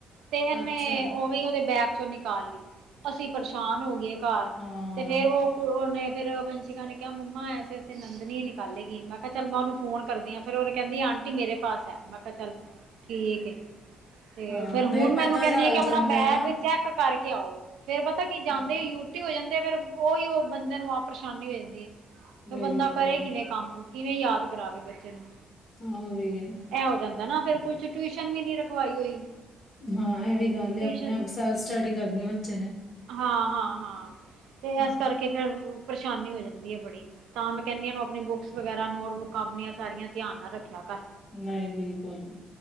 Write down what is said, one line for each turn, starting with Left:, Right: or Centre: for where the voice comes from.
Right: ਤੇ ਏਨੇ
Left: ਅੱਛਾ ਜੀ
Right: ਓਵੇਂ ਓਦੇ ਬੈਗ ਚੋਂ ਨਿਕਾਲ ਲੀ। ਅਸੀ ਪਰੇਸ਼ਾਨ ਹੋਗੇ ਘਾੱਰ,
Left: ਹਾਂ
Right: ਤੇ ਫੇਰ ਓ ਓਨੇ ਫੇਰ ਵੰਸ਼ਿਕਾ ਨੇ ਕੇਆ ਮੰਮਾ ਐਸੇ, ਐਸੇ ਨੰਦਨੀ ਨਿਕਾਲੇਗੀ, ਮੈ ਕੇਆ ਚੱਲ ਮੈਂ ਓਨੂ ਫੋਨ ਕਰਦੀ ਆਂ, ਫੇਰ ਓਦੇ ਕੈਂਦੀ ਆਂਟੀ ਤੇ ਮੇਰੇ ਪਾਸ ਐ, ਮੈਂ ਕਾ ਚੱਲ ਠੀਕ ਏ। ਤੇ
Left: ਹਾਂ
Right: ਫੇਰ ਹੁਨ
Left: ਨਹੀਂ
Right: ਮੈ
Left: ਪਤਾ
Right: ਐਨੂੰ ਕੈਨੀ
Left: ਚੱਲ
Right: ਆ ਕਿ ਆਪਨਾ
Left: ਜਾਂਦਾ
Right: ਬੈਗ
Left: ਹੈ ਨਾ
Right: ਚੈੱਕ ਕਾਰਕੇ ਆਓ, ਫੇਰ ਪਤਾ ਕੀ ਜਾਂਦੇ
Left: ਹਮ,
Right: ਯੂਟੀ ਹੋ ਜਾਂਦੇ ਆ, ਫੇਰ ਓਈਯੋ ਬੰਦੇ ਨੂੰ ਆਪ। ਪਰੇਸ਼ਾਨੀ ਹੋ ਜਾਂਦੀ ਏ, ਤੇ
Left: ਬਿਲਕੁਲ
Right: ਬੰਦਾ ਕਰੇ ਕਿਵੇਂ ਕੰਮ ਕਿਵੇਂ ਯਾਦ ਕਰਾਵੇ ਬੱਚੇ ਨੂੰ।
Left: ਹਾਂ, ਓਈ‌‌ ਏ।
Right: ਐ ਹੋ ਜਾਂਦਾ ਨਾ ਫੇਰ ਕੁਝ ਟਯੁਸ਼ਨ ਵੀ ਨੀ ਰਖਵਾਈ ਹੋਈ।
Left: ਹਾਂ, ਏਵੀ ਗਾੱਲ
Right: ਟਿਊਸ਼ਨ
Left: ਆਪਨੇ ਆਪ ਸੈਲਫ ਸਟਡੀ ਕਰਨੀ ਬੱਚੇ ਨੇ।
Right: ਹਾਂ, ਹਾਂ, ਹਾਂ, ਤੇ
Left: ਹਮ,
Right: ਏਸ ਕਰਕੇ ਫੇਰ ਪਰੇਸ਼ਾਨੀ ਹੋ ਜਾਂਦੀ ਏ ਬੜੀ। ਤਾਂ
Left: ਹਮ,
Right: ਮੈਂ ਕੈਨੀ ਆਂ ਨੂੰ ਆਪਨੀ ਬੁੱਕਸ ਵਗੈਰਾ, ਨੋਟਬੁੱਕਾਂ ਆਪਨੀਆਂ ਸਾਰੀਆਂ ਧਆਨ ਨਾਲ ਰੱਖੇਆ ਕਾੱਰ।
Left: ਨੲਈ ਬਿਲਕੁਲ ਵੀ।